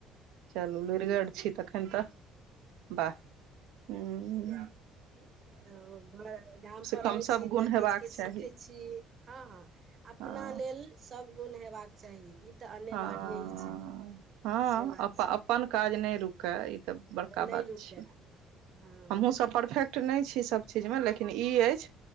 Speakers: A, on the right; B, on the right.
A: चलू लुरिगर छी तखन तऽ वाह हूँ
B: तऽ घर गाम पर
A: कम
B: रहै
A: सब
B: छी
A: गुण
B: तऽ
A: हेबाक
B: किछ किछ
A: चाही
B: सीखै छी हँ हँ अपना
A: हँ
B: लेल सब गुण हेबाक चाही ई तऽ अनिवार्य
A: हँ
B: ही छी
A: हँ
B: से बात
A: अपन
B: छी
A: अपन काज नय रुकै ई तऽ बड़का
B: नहि
A: बात
B: रुकै
A: छै
B: हँ
A: हमहुँ सब परफेक्ट नहि छी सभ चीज में लेकिन ई ऐछ